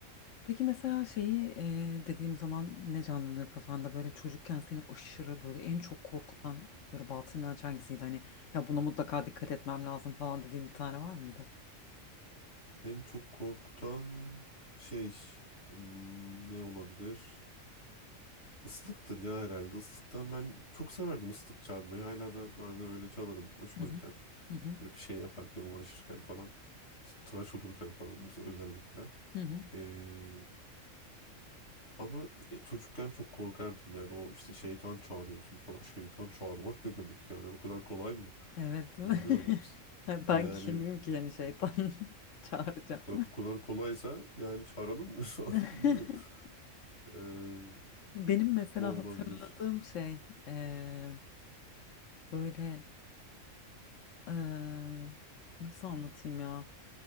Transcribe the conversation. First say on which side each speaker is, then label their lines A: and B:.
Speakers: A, on the left; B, on the left.
A: Peki mesela şeyi eee, dediğim zaman ne canlanıyor kafanda böyle çocukken seni aşırı böyle en çok korkutan böyle batıl inanç hangisiydi? Hani ya buna mutlaka dikkat etmem lazım falan dediğim bir tane var mıydı?
B: En çok korkutan şey hmm, ne olabilir? Islıktır ya herhalde. Islıktan ben çok severdim ıslık çalmayı. Hala da bazen öyle çalarım. Hoşuma
A: Hı hı.
B: gider.
A: Hı hı.
B: Böyle bir şey yaparken, uğraşırken falan. İşte tıraş olurken falan mesela özellikle.
A: Hı hı.
B: Ee, ama e, çocukken çok korkardım yani. O işte şeytan çağırıyorsun falan. Şeytan çağırmak ne demek yani? O kadar kolay mı?
A: Evet. <laughs>
B: Bilmiyorum.
A: Ben
B: Yani
A: kimim ki yani şeytan <laughs> çağıracağım.
B: bu kadar, bu kadar kolaysa yani çağıralım mı? <laughs> falan
A: <laughs>
B: Bilmiyorum. Ee,
A: Benim mesela
B: o
A: hatırladığım
B: olabilir.
A: şey eee, böyle Eee, nasıl anlatayım ya?